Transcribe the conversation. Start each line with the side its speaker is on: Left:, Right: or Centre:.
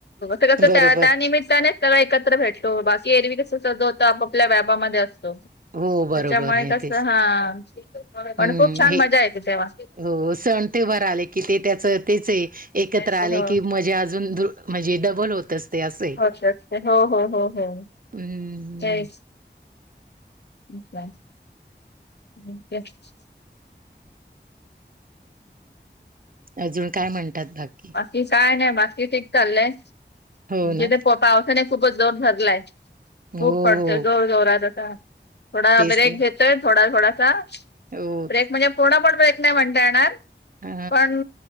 Left: ते कसं
Right: बरोबर
Left: त्या त्या निमित्ताने सगळे एकत्र भेटतो बाकी एरवी कसं जो तो आपापल्या व्यापामध्ये असतो.
Right: हो बरोबर
Left: त्याच्यामुळे
Right: हे
Left: कसं
Right: तेच
Left: हा पण
Right: हम्म
Left: खूप छान
Right: हे
Left: मजा येते तेव्हा.
Right: हो सण ते वार आले की ते त्याच तेच आहे. एकत्र
Left: त्याचे
Right: आले
Left: हो
Right: की मज्जा अजून द म्हणजे डबल होत असते असं आहे.
Left: होत असते हो हो हो हो
Right: हम्म,
Left: काहीच. <unintelligible>
Right: अजून काय म्हणतात बाकी?
Left: बाकी काय नाही बाकी ठीक चाललंय
Right: हो
Left: जिथे
Right: ना,
Left: पावसा इथे ना खूपच जोर धरलायं
Right: हो
Left: खूप पडतोय
Right: हो
Left: जोर जोरात असा थोडा
Right: तेच
Left: ब्रेक
Right: ना.
Left: घेत तोय थोडा थोडासा
Right: हो
Left: ब्रेक म्हणजे पूर्ण पण ब्रेक नाही म्हणता येणार.
Right: अ
Left: पण